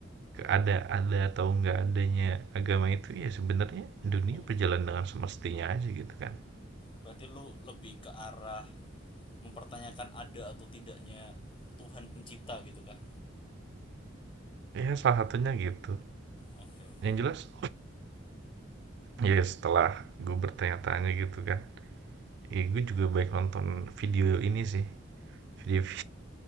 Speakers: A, on the right (about 60°); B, on the left (about 25°).
A: ada ada atau nggak adanya agama itu ya sebenarnya dunia
B: Oh,
A: berjalan dengan semestinya aja gitu kan.
B: berarti lu lebih ke arah mempertanyakan ada atau tidaknya Tuhan pencipta gitu kah?
A: Ya salah satunya gitu
B: Oke oke.
A: yang jelas Ya setelah gue bertanya-tanya gitu kan. Eh, gue juga baik nonton video ini sih. Video